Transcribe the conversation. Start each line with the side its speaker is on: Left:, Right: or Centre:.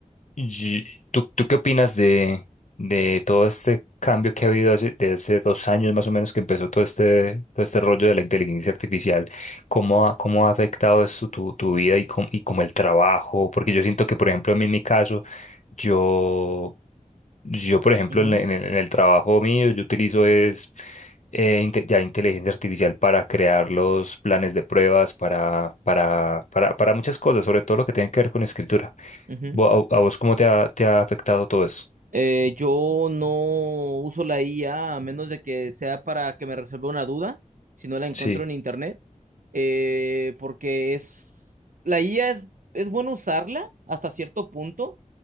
Left: Y- ¿Tú, tú qué opinas de, de todo este cambio que ha habido hace, desde hace dos años más o menos que empezó todo este, todo este rollo de la inteligencia artificial? ¿Cómo ha, cómo ha afectado esto tu, tu vida y, com- y como el trabajo? Porque yo siento que, por ejemplo, a mí en mi caso, yo, yo por ejemplo,
Right: ujú,
Left: en, el- en el en el trabajo mío, yo utilizo es eh, inte- ya inteligencia artificial para crear los planes de pruebas, para, para, para, para muchas cosas, sobre todo lo que tiene que ver con escritura.
Right: ujú.
Left: Vo- ¿A, a vos cómo te ha, te ha afectado todo eso?
Right: Eh, yo no uso la IA a a menos de que sea para que me resuelva una duda, si no la encuentro
Left: Sí,
Right: en internet, eh, porque es la IA es, es bueno usarla hasta cierto punto,